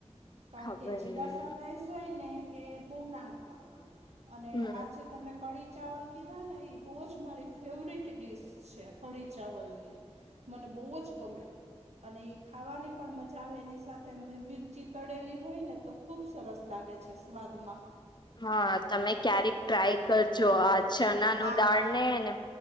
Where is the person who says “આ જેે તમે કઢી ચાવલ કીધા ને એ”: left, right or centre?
Right